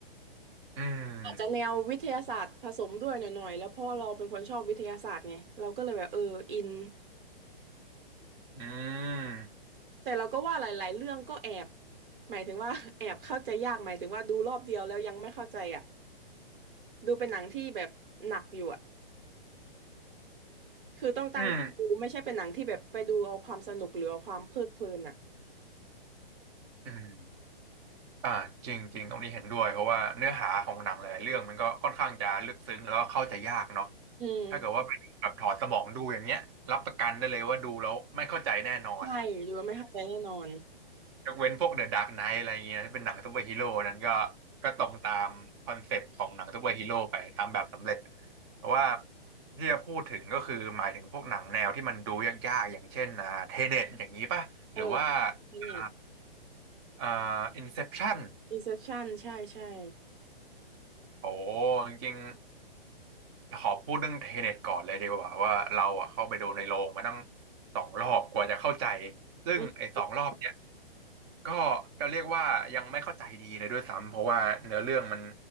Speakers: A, on the right; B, on the right.
A: อืม
B: อาจจะแนววิทยาศาสตร์ผสมด้วยหน่อยๆแล้วเพราะเราเป็นคนชอบวิทยาศาสตร์ไงเราก็เลยแบบเอออิน
A: อืม
B: แต่เราก็ว่าหลายๆเรื่องก็แอบหมายถึงว่า <laughs> แอบเข้าใจยากหมายถึงว่าดูรอบเดียวแล้วยังไม่เข้าใจอ่ะ ดูเป็นหนังที่แบบหนักอยู่อ่ะ คือต้องตั้งใจดูไม่ใช่เป็นหนังที่แบบไปดูเอาความสนุกหรือเอาความเพลิดเพลินอ่ะ
A: อืมอืมอ่าจริงจริงตรงนี้เห็นด้วยเพราะว่าเนื้อหาของหนังหลายๆเรื่องมันก็ค่อนข้างจะลึกซึ้งแล้วก็เข้าใจยากเนาะ
B: อืม
A: ถ้าเกิดว่าเป็นแบบถอดสมองดูอย่างเงี้ยรับประกันได้เลยว่าดูแล้วไม่เข้าใจแน่นอน
B: ใช่ดูแล้วไม่เข้าใจแน่นอน
A: ยกเว้นพวกเดอะดาร์กไนท์อะไรเงี้ยที่เป็นหนังซูเปอร์ฮีโร่นั้นก็ก็ตรงตามคอนเซปต์ของหนังซูเปอร์ฮีโร่ไปตามแบบสำเร็จแต่ว่าที่จะพูดถึงก็คือหมายถึงพวกหนังแนวที่มันดูยากๆอย่างเช่นอ่าเทเน็ตอย่างนี้ป่ะหรือว่า
B: เออ
A: อ่า
B: เน็ต
A: อ่าอินเซปชั่น
B: Inception ใช่ใช่
A: โอ้จริงๆขอพูดเรื่องเทเน็ตก่อนเลยดีกว่าว่าเราอ่ะเข้าไปดูในโรงมาตั้งสองรอบกว่าจะเข้าใจซึ่งไอ้สองรอบเนี่ย
B: อืม
A: ก็จะเรียกว่ายังไม่เข้าใจดีเลยด้วยซ้ำเพราะว่าเนื้อเรื่องมัน